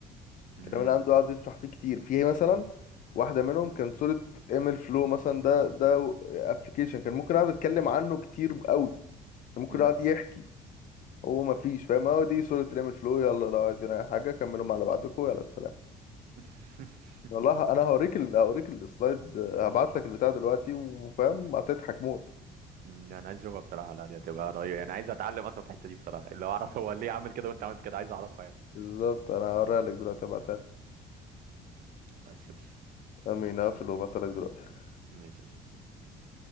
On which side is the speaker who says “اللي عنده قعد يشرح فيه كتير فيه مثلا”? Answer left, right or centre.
Left